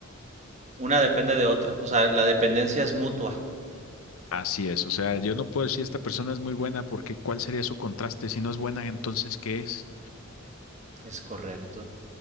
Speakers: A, on the right; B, on the left.
A: Una depende de otra, o sea, la dependencia es mutua.
B: Así es, o sea, yo no puedo decir esta persona es muy buena porque ¿cuál sería su contraste? Si no es buena, entonces ¿qué es?
A: Es correcto.